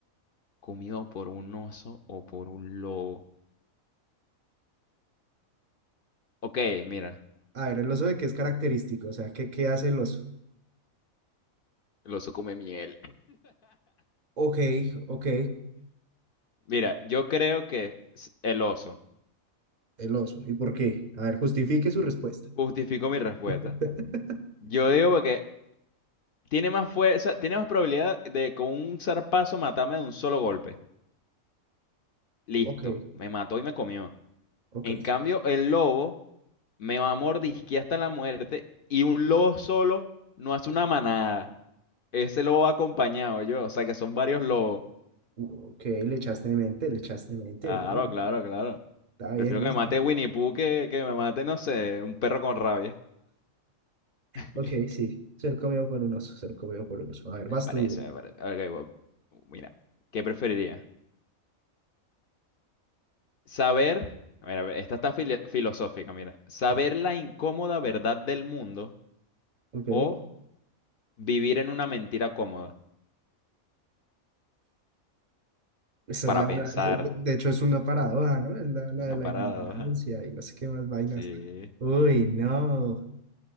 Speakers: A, on the left; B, on the right.
A: comido por un oso o por un lobo. Ok, mira,
B: A ver, el oso de qué es característico, o sea, ¿qué, qué hace el oso?
A: el oso come miel.
B: Ok, ok.
A: Mira, yo creo que s- el oso.
B: El oso. ¿Y por qué? A ver, justifique su respuesta.
A: Justifico mi respuesta.
B: <laughs>
A: Yo digo porque tiene más fuerza, tiene más probabilidad de con un zarpazo matarme de un solo golpe. Listo,
B: Ok,
A: me mató y me comió.
B: ok,
A: En cambio,
B: sí.
A: el lobo me va a mordisquear hasta la muerte y un lobo solo no hace una manada. Ese lobo va acompañado yo, o sea que son varios lobos.
B: Ok, le echaste mente, le echaste mente,
A: Claro,
B: bien.
A: claro, claro.
B: Está bien,
A: Prefiero
B: listo.
A: que me mate Winnie Pooh que, que me mate, no sé, un perro con rabia. <laughs>
B: Ok, sí. Ser comido por un oso, ser comido por un oso. A ver,
A: Me
B: vas
A: parece,
B: tú. bro.
A: me parece. Ok, bueno, mira, ¿qué preferiría? Saber, mira, esta está fili- filosófica, mira. Saber
B: Ah,
A: la incómoda verdad del mundo
B: Ok.
A: o vivir en una mentira cómoda
B: Esa
A: para
B: es la,
A: pensar.
B: esa- de de hecho es una paradoja, ¿no? Es la, la
A: Una
B: de la
A: parada,
B: ignorancia y no sé qué más vainas.
A: Sí.
B: Uy, no.